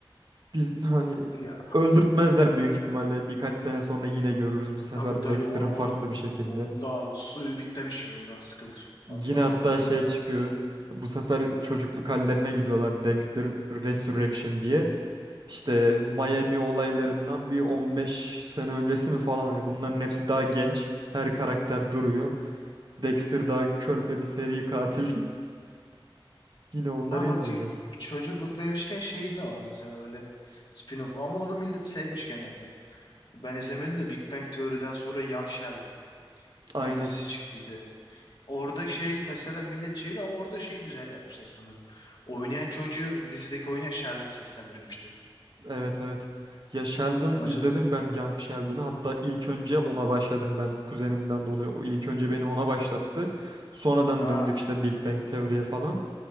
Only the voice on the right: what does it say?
Biz hani
öldürtmezler büyük ihtimalle. Birkaç sene sonra yine görürüz bu sefer
Dexter'ın
farklı
bir şekilde.
Yine
hatta
şey
çıkıyor. Bu sefer çocukluk hallerine gidiyorlar. Dexter Resurrection diye. İşte Miami olaylarından bir 15 sene öncesi mi falan. Hani bunların hepsi daha genç. Her karakter duruyor. Dexter daha körpe bir seri katil. <laughs> Yine onları
izleyeceğiz.
Aynen.
Evet evet. Ya Sheldon
izledim ben Young Sheldon'ı. Hatta ilk önce ona başladım ben kuzenimden dolayı. O ilk önce beni ona başlattı. Sonradan
döndük işte Big Bang Teori'ye falan.